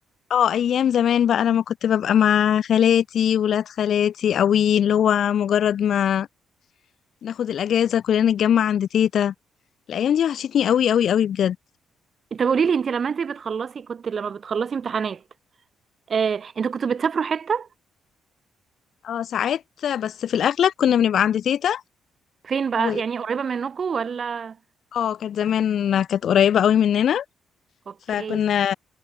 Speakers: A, on the left; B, on the right.
A: اه ايام زمان بقى لما كنت ببقى مع خالاتي ولاد خالاتي قوي اللي هو مجرد ما ناخد الاجازه كلنا نتجمع عند تيتا الايام دي وحشتني قوي قوي قوي بجد
B: طب قولي لي انت لما انت بتخلصي كنت لما بتخلصي امتحانات آه انتوا كنتوا بتسافروا حتة
A: اه ساعات بس في الاغلب كنا بنبقى عند تيتا
B: فين بقى
A: و
B: يعني قريبة منكم ولا
A: اه كانت زمان كانت قريبه قوي مننا
B: اوكي
A: فكنا